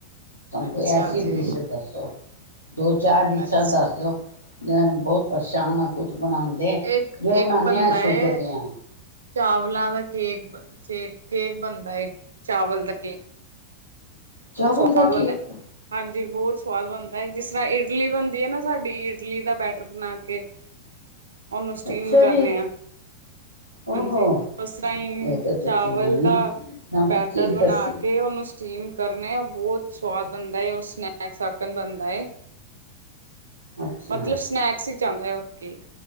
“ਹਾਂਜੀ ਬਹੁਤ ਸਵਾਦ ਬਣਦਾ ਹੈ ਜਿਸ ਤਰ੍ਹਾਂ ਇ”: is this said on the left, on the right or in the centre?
Right